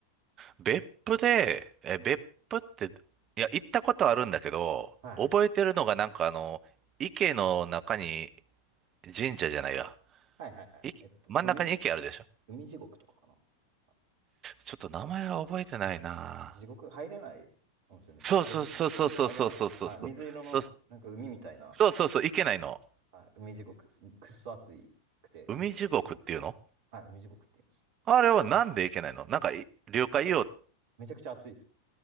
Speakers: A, on the right; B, on the right.
A: 別府で、え、別府って、いや、行ったことあるんだけど、
B: はい。
A: 覚えてるのがなんかあの、池の中に神社じゃないや。
B: はいはいはい。
A: い、
B: えっと、
A: 真ん中に池あるでしょ。
B: 海、海地獄とかかな。はい
A: ちょっと名前が覚えてないな。
B: なんか、地獄入れない温泉ですか入れる、
A: そうそうそうそうそうそうそうそうそう。
B: 入れない温泉。はい。水色の、
A: そう
B: なんか海みたいな、
A: そうそうそう、いけないの。
B: はい、海地獄です。くっそ暑いくて、
A: 海地獄っていうの
B: 湯気めっちゃ出てて。はい、海地獄って言います。
A: あれはなんでいけないのなんかい、了解よ。
B: めっちゃ、めちゃくちゃ暑いです。